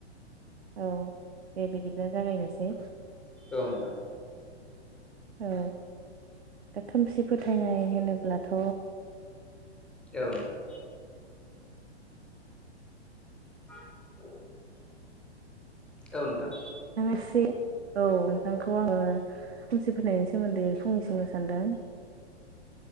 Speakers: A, on the right (about 70°); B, in the centre.
A: औ दे बिदिब्ला जागायनोसै।
B: औ नोंथां।
A: औ दा खोमसि फोथायनाय होनोब्लाथ'
B: औ नोंथां। <inaudible> औ नोंथां
A: एसे औ नोंथांखौ आङो खोमसि फोथायनायनि सोमोन्दै फंनैसो बुंनो सानदों।